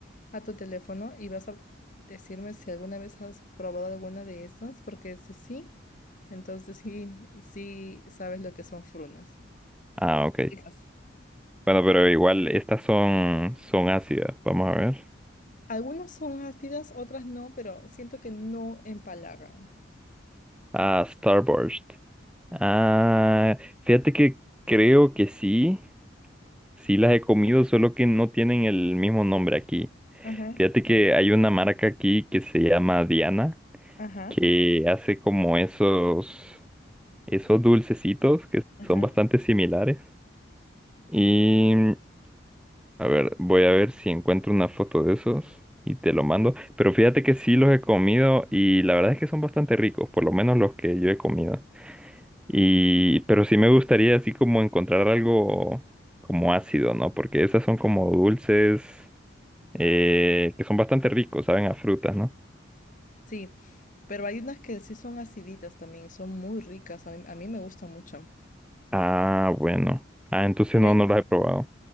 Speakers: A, on the left; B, in the centre.
A: a tu teléfono y vas a decirme si alguna vez has probado alguna de esas, porque si sí, entonces sí, sí sabes lo que son frunas.
B: ah, ok.
A: Fijas.
B: Bueno, pero igual, estas son, son ácidas, vamos a ver.
A: Algunas son ácidas, otras no, pero siento que no empalagan.
B: Ah, Starburst. Ah, fíjate que creo que sí. Sí las he comido, solo que no tienen el mismo nombre aquí.
A: Ajá,
B: Fíjate que hay una marca aquí que se llama Diana,
A: ajá,
B: que hace como esos, esos dulcecitos que
A: ajá.
B: son bastante similares. Y mm, a ver, voy a ver si encuentro una foto de esos y te lo mando. Pero fíjate que sí los he comido y la verdad es que son bastante ricos, por lo menos los que yo he comido. Y, pero sí me gustaría así como encontrar algo como ácido, ¿no? Porque esas son como dulces eh, que son bastante ricos, saben a frutas, ¿no?
A: Sí, pero hay unas que sí son aciditas también y son muy ricas. A mí, a mí me gustan mucho.
B: Ah, bueno. Ah, entonces
A: Y
B: no,
A: hay
B: no los he probado.